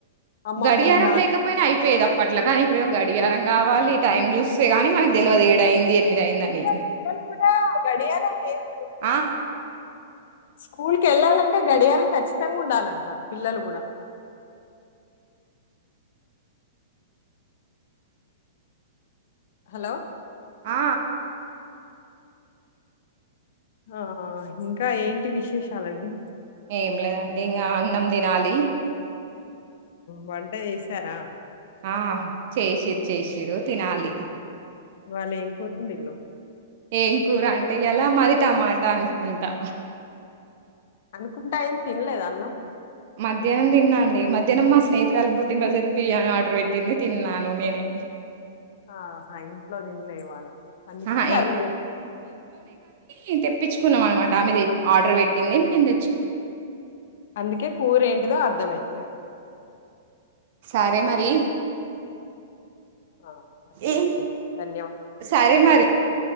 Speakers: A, on the left (about 60°); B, on the right (about 55°).
A: అమ్మమ్మలు,
B: గడియారం
A: నానమ్మలు.
B: లేకపోయినా అయిపోయేది
A: అది
B: అప్పట్లా కాని ఇప్పుడే గడియారం కావాలి టైమ్ చూస్తేగాని మనకు తెవదు ఇగ టైయింది
A: అసలు
B: ఎనిమిది అయింద
A: పిల్లలు
B: అని
A: పిల్లలు కూడా గడియారం లేదు
B: ఆ
A: స్కూల్ కి వెళ్ళాలంటే గడియారం ఖచ్చితంగా ఉండాలంటారు పిల్లలు కూడా హలో
B: ఆ
A: ఆ ఇంకా ఏంటి విశేషాలండి
B: ఏం లేదండి ఇక అన్నం తినాలి
A: వంట చేసారా
B: ఆ చేసిర్ చేసిరు తినాలి
A: వాళ్లు ఏం కూర వండిల్లు
B: ఏం కూర అంటే ఈయాల మాది టమాట అనుకుంటా
A: అనుకుంటా ఏంది తినలేదు అన్నం
B: మధ్యాహ్నం తిన్నాండి మధ్యాహ్నం మా స్నేహితురాలి పుట్టినరోజు అయితే బిర్యానీ ఆర్డర్ పెట్టింది తిన్నాను నేనే
A: ఆహా ఇంట్లో తినలే ఇవ్వాలా అందుకే
B: ఆహా
A: కర్రీ తెల్
B: ఈ తెప్పించుకున్నాం అనమాట మీది ఆర్డర్ పెట్టింది నేను తెచ్చుకో
A: అందుకే కూరేంటిదో అర్థమైతే లేదు
B: సరే మరి
A: ఆ సరేనండి
B: ఏ
A: ధన్యవాదాలు
B: సరే మరి